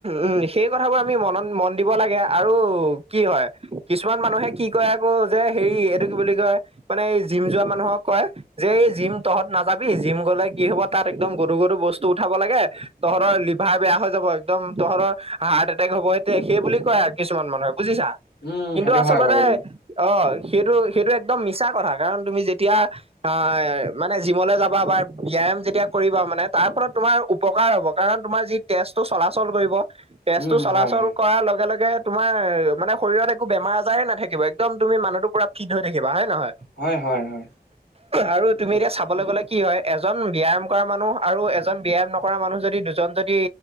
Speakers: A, on the right (about 35°); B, on the left (about 85°).
A: উম, সেই কথাবোৰ আমি মনত মন দিব লাগে আৰু। কি হয়, কিছুমান মানুহে কি কয় আকৌ যে হেৰি এইটো কি বুলি কয় মানে এই জিম যোৱা মানুহক কয় যে এই জিম তহঁত নাযাবি জিম গ'লে কি হ'ব তাত একদম গধু গধু বস্তু উঠাব লাগে। তহঁৰ লিভাৰ বেয়া হৈ যাব, একদম তহঁতৰ হাৰ্ট এটেক হ'ব সে সেই বুলি কয় আৰু কিছুমান মানুহে। বুজিছা
B: উম
A: কিন্তু
B: সেইটো
A: আচলতে
B: হয় বাৰু দেই
A: অ'। সেইটো সেইটো একদম মিছা কথা কাৰণ তুমি যেতিয়া অ' মানে জিমলে যাবা বা বিয়াৰ যেতিয়া কৰিবা মানে তাৰ ফলত তোমাৰ উপকাৰ হ'ব, কাৰণ তোমাৰ যি তেজ টো চলাচল কৰিব, তেজ
B: উম
A: টো চলাচল
B: হয় হয়
A: কৰাৰ লগে লগে তোমাৰ মানে শৰীৰত একো বেমাৰ আজাৰেেই নাথাকিব একদম মানুহটো পোৰা ফিট হয় থাকিবা হয় নে নহয়।
B: হয় হয় হয়
A: আৰু তুমি এতিয়া চাবলৈ গ'লে কি হয় এজন ব্যায়াম কৰা মানুহ আৰু এজন ব্যায়াম নকৰা মানুহ যদি দুজন যদি